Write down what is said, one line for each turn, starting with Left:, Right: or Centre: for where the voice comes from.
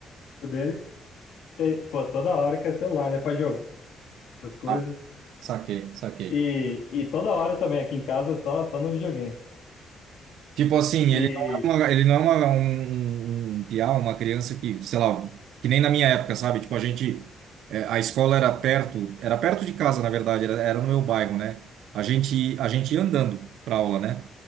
Left: dele. Tem- pô, toda hora que é celular, né? Pra jogar essas coisas.
Right: Ah, saquei, saquei.
Left: E, e toda hora também aqui em casa, só, só no videogame.
Right: Tipo assim,
Left: E
Right: ele não é uma, ele não é uma, um, um um piá, uma criança que, sei lá, que nem na minha época, sabe? Tipo, a gente, é, a escola era perto, era perto de casa, na verdade, era, era no meu bairro, né? A gente, a gente ia andando pra aula, né?